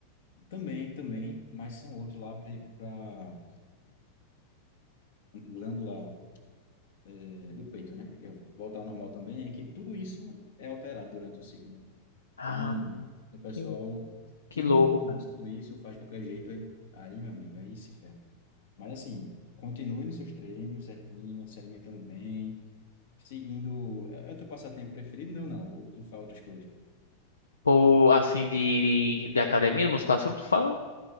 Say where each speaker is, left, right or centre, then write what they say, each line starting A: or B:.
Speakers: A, on the left; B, on the left.
A: também, também, mas são outros lá para a glândula é, do peito, né? Eu voltar ao normal também, é que tudo isso é alterado durante o ciclo.
B: Ah,
A: Então, o pessoal,
B: que,
A: quem
B: que louco,
A: não conhece
B: cara.
A: tudo isso, faz de qualquer jeito, aí, aí meu amigo, aí se ferra. Mas assim, continue nos seus treinos certinho, se alimentando bem, seguindo. É é o teu passatempo preferido? Não, não. Ou tu faz outras coisas?
B: Pô, assim, de, de, de academia, de musculação que tu fala?